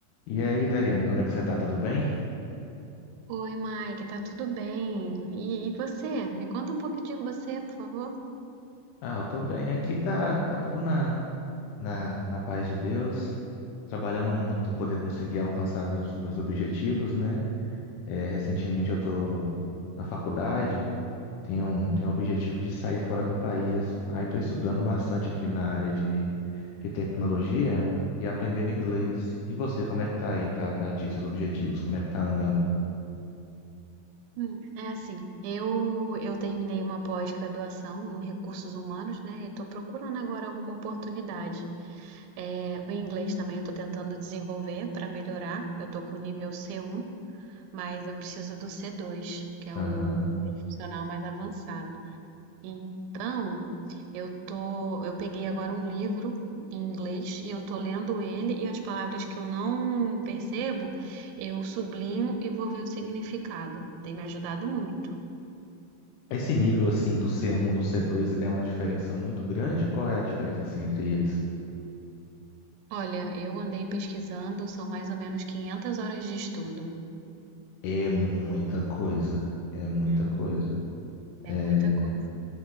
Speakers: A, on the left; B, on the right.
A: E aí, Dariane, como é que você tá? Tudo bem?
B: Oi, Mike, tá tudo bem? E, e você? Me conta um pouco de você, por favor.
A: Ah, eu tô bem. Aqui tá, tá tudo na, na, na paz de Deus. Trabalhando muito para poder conseguir alcançar meus, meus objetivos, né? É, recentemente eu tô na faculdade, tenho um, tenho um objetivo de sair fora do país. Aí tô estudando bastante aqui na área de, de tecnologia e aprendendo inglês. E você, como é que tá aí para para ti, seus objetivos? Como é que tá andando?
B: Hum, é assim, eu eu terminei uma pós-graduação em recursos humanos, né? E tô procurando agora alguma oportunidade. É, o inglês também eu tô tentando desenvolver para melhorar. Eu tô com nível C1, mas eu preciso do C2, que é
A: Aham.
B: o profissional mais avançado. Então, eu tô, eu peguei agora um livro em inglês e eu tô lendo ele e as palavras que eu não percebo, eu sublinho e vou ver o significado. Tem me ajudado muito.
A: Esse nível assim do C1 do C2 é uma diferença muito grande? Qual é a diferença assim entre eles?
B: Olha, eu andei pesquisando, são mais ou menos 500 horas de estudo.
A: É muita coisa, é muita
B: Uhum.
A: coisa.
B: É
A: É...
B: muita coisa.